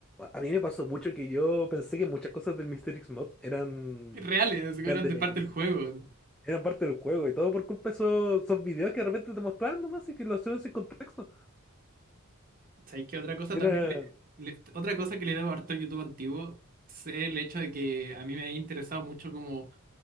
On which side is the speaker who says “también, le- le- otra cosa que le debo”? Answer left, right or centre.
Right